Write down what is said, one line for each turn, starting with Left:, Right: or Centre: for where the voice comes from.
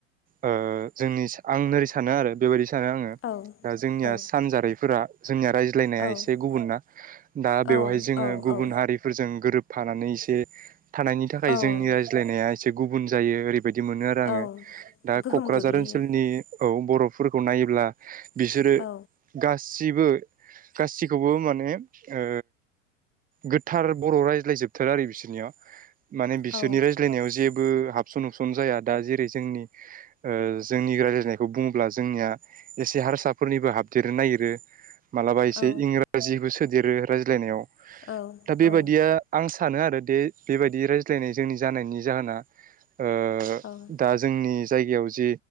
Right: ओ जोंनि आं ओरै सानो आरो बेबायदि सानो आङो
Left: औ
Right: दा जोंनिया
Left: औ
Right: सानजारिफोरा जोंनिया रायज्लायनाया
Left: औ
Right: एसे गुबुनना। दा
Left: औ
Right: बेवहाय जोङो
Left: औ
Right: गुबुन
Left: औ
Right: हारिफोरजों गोरोब फानानै एसे थानायनि थाखाय
Left: औ
Right: जोंनि रायज्लायनाया एसे गुबुन जायो, ओरै बायदि मोनो आरो
Left: औ
Right: आङो। दा
Left: गोहोम
Right: क'क्राझार
Left: गोग्लैयो
Right: ओनसोलनि औ बर'फोरखौ नायोब्ला बिसोरो
Left: औ
Right: गासिबो गासिखौबो माने ओ गोथार बर' रायज्लाय जोबथारो आरो बिसोरनियाव माने बिसोरनि
Left: औ
Right: रायज्ला जेबो हाबसन हुबसन जाया। दा जेरै जोंनि ओ जोंनि रायज्लायनायखौ बुङोब्ला जोंनिया एसे हारसाफोरनिबो हाबदेरनो नागिरो मालाबा एसे
Left: औ
Right: इंराजिखौ सोदेरो रायज्लायनायाव,
Left: औ
Right: दा बेबादिया
Left: औ
Right: आं सानो सानो आरो दे बेबायदि रायज्लायनाय जोंनि जानायनि जाहोना ओ
Left: औ
Right: दा जोंनि जायगायाव जे